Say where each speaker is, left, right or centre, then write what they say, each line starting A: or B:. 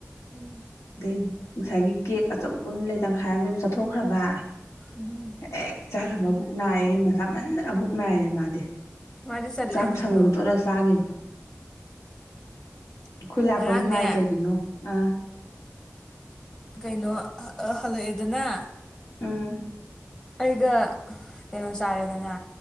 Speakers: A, on the left; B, on the left.
A: ꯎꯝ
B: ꯑꯗꯩ ꯉꯁꯥꯏꯒꯤ ꯀꯦꯛ ꯑꯆꯧꯕ ꯑꯃ ꯂꯩ ꯇꯪꯈꯥꯏ ꯑꯃ ꯂꯩꯕ ꯆꯥꯊꯣꯛꯈ꯭ꯔꯕ
A: ꯎꯝ
B: ꯍꯦꯛ ꯆꯥꯔ ꯃꯕꯨꯛ ꯅꯥꯏꯌꯦꯨꯝ ꯃ ꯆꯥꯃꯟꯗꯅ ꯕꯨꯛ ꯅꯥꯏꯅꯦ ꯃꯥꯗꯤ
A: ꯃꯥꯗꯤ ꯆꯜꯂꯦ
B: ꯆꯥꯛ
A: ꯑꯗꯨꯝ
B: ꯁꯪꯒꯣꯝ
A: ꯑꯗꯣ
B: ꯇꯣꯠꯂ ꯆꯥꯒꯤꯃꯤ ꯑꯩꯈꯣꯏ ꯂꯥꯛꯄ
A: ꯉꯔꯥꯡꯅꯦ
B: ꯅꯨꯡꯉꯥꯏ ꯀꯩꯒꯤꯅꯣ ꯑ
A: ꯀꯩꯅꯣ ꯍꯜꯂꯛꯑꯦꯗꯅ
B: ꯑꯝ
A: ꯑꯩꯒ ꯀꯩꯅꯣ ꯆꯥꯔꯦꯗꯅ